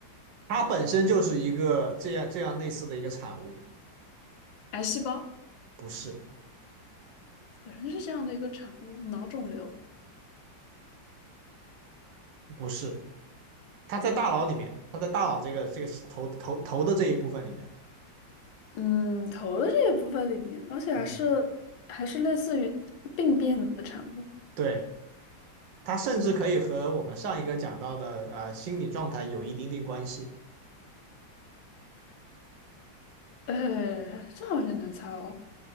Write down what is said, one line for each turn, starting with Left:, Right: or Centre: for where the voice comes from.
Right: 它本身就是一个这样这样类似的一个产物，
Left: 癌细胞
Right: 不是，
Left: 本身就是这样的一个产物，脑肿瘤，
Right: 不是。它在大脑里面，它在大脑这个这个头头头的这一部分里面。
Left: 嗯，头的这一部分里面，而且还是还是类似于病变的产物，
Right: 嗯，对。它甚至可以和我们上一个讲到的呃心理状态有一点点关系。
Left: 呃，这好像有点难猜哦。